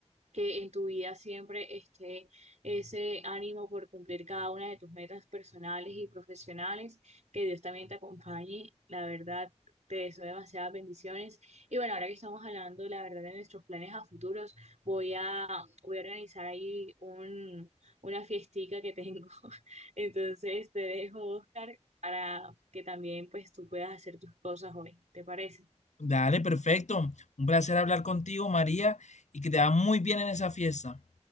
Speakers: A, on the right; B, on the left.
A: que en tu vida siempre esté ese ánimo por cumplir cada una de tus metas personales y profesionales, que Dios también te acompañe, la verdad. Te deseo demasiadas bendiciones. Y bueno, ahora que estamos hablando, la verdad, de nuestros planes a futuros, voy a, voy a organizar ahí un, una fiestica que tengo. <laughs> Entonces te dejo, Oscar, para que también pues tú puedas hacer tus cosas hoy. ¿Te parece?
B: Dale, perfecto. Un placer hablar contigo, María, y que te va muy bien en esa fiesta.